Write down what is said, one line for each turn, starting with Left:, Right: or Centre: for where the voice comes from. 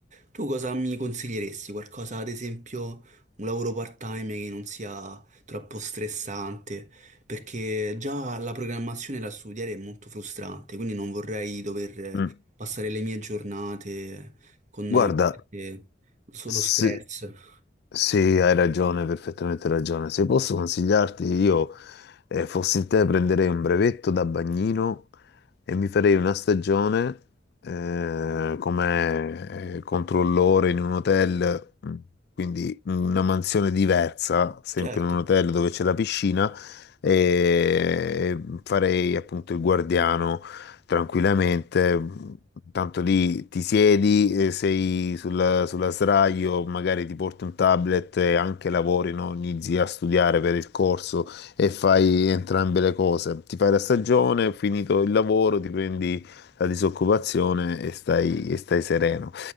Right: Tu cosa mi consiglieresti? Qualcosa, ad esempio, un lavoro part-time che non sia troppo stressante, perché già la programmazione da studiare è molto frustrante, quindi non vorrei dover
Left: Mm.
Right: passare le mie giornate con
Left: Guarda,
Right: eh, solo
Left: Se-
Right: stress.
Left: Sì, hai ragione, perfettamente ragione. Se posso consigliarti, io eh, fossi in te prenderei un brevetto da bagnino e mi farei una stagione eh, come eh, controllore in un hotel, mm, quindi una mansione diversa, sempre
Right: Certo,
Left: in un hotel dove c'è la piscina, e farei appunto il guardiano tranquillamente. Tanto lì ti siedi, eh, sei sulla, sulla sdraio, magari ti porti un tablet e anche lavori, no? Inizi a studiare per il corso e fai entrambe le cose. Ti fai la stagione, finito il lavoro, ti prendi la disoccupazione e stai, e stai sereno.